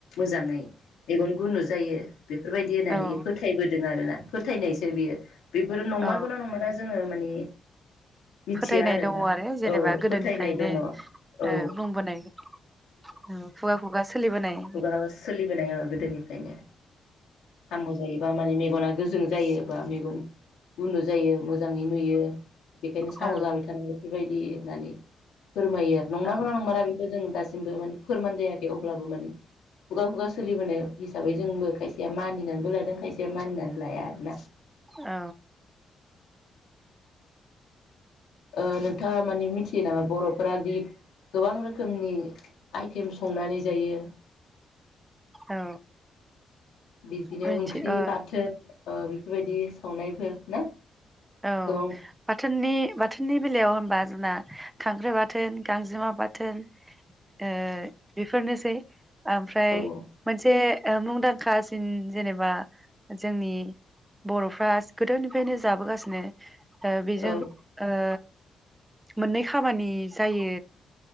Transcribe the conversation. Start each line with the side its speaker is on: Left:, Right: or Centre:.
Left: मोजाङै मेगन गुन गुनु जायो। बेफोरबायदि होननानै
Right: औ
Left: फोथायबोदों आरोना। फोथायनायसो बियो बेफोरो नंमारगौ
Right: औ
Left: ना नंमारा जोङो माने मिथिया
Right: फोथायनाय
Left: आरोना
Right: दङ आरो जेनेबा
Left: औ फोथायनाय
Right: गोदोनिफ्रायनो
Left: दङ औ
Right: बुंबोनाय खुगा खुगा सोलिबोनाय
Left: ओ सोलिबोनाय ओ गोदोनिफ्रायनो साम' जायो बा माने मेगना गोजों जायो बा मेगन गुनु जायो मोजाङै नुयो बेखायनो साम'
Right: औ
Left: जाबाय थानांगौ बेबायदि नानि फोरमायो आरो नंमारगौ
Right: औ
Left: ना नंमारा बेखौ जों दासि जोंबो माने फोरमान जायाखै अब्लाबो माने खुगा खुगा सोलिबोनाय हिसाबै जोंबो खायसेया मानिनानैबो लादों खायसेया मानिनानै लाया आरोना
Right: औ
Left: ओ नोंथाङा माने मिथियो नामा बर'फोरा दि गोबां रोखोमनि आइटेम संनानै जायो
Right: औ
Left: बिदिनो
Right: मिथि
Left: ओंख्रि
Right: ओ
Left: बाथोन ओ बेफोरबायदि संनायफोर ना
Right: औ
Left: गोबां
Right: बाथोननि बाथोननि बेलायाव होनबा जोंना खांख्राइ बाथोन गांजेमा बाथोन ओ बेफोरनोसै। ओमफ्राय
Left: औ
Right: मोनसे ओ मुंदांखासिन जेनेबा जोंनि बर'फ्रा गोदोनिफ्रायनो जाबोगासिनो नो ओ बेजों
Left: औ
Right: ओ मोननै खामानि जायो